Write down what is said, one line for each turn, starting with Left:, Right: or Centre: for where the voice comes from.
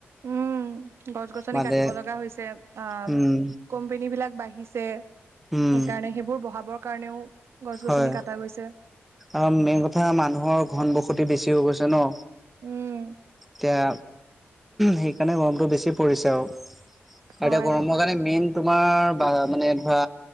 Right: উম উ গছ গছনি
Centre: মানে
Right: কাটিব লগা হৈছে আ
Centre: উম
Right: কোম্পেনী বিলাক বাঢ়িছে,
Centre: উম
Right: সেইকাৰণে সেইবোৰ বহাবৰ কাৰণেও। গছ গছনি
Centre: হয়
Right: কটা গৈছে
Centre: আৰু মেইন কথা মানুহৰ ঘন বসতি বেছি হৈ গৈছে ন।
Right: উম।
Centre: এতিয়া সেইকাৰণে গৰমটো বেছি পৰিছে আওঁ। আওঁ
Right: হয়
Centre: এতিয়া গৰমৰ কাৰণে মেইন তোমাৰ বা মানে ধৰা